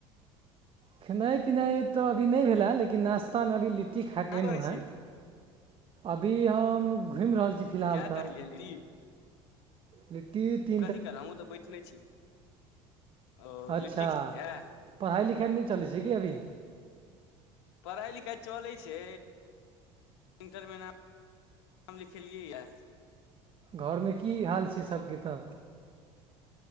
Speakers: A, on the right; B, on the left.
A: खेनाइ पिनाइ तऽ अभी नहि भेलए लेकिन नाश्तामे अभी लिट्टी खा कऽ
B: का
A: एयलहु
B: करै
A: हँ।
B: छियै
A: अभी हम घुमि रहल छी फिलहाल
B: केय टहैलेलहि।
A: लिटी ती
B: कथी करब हमहूँ तऽ बैठले छी। ओ
A: अच्छा
B: लिट्टी खेलियै
A: पढ़ाई लिखाई नहि चलै छै की अभी?
B: पढ़ाई लिखाई चलै छै। इन्टरमे नाम नाम लिखेलियै यऽ
A: घरमे की हाल छै सबके तऽ?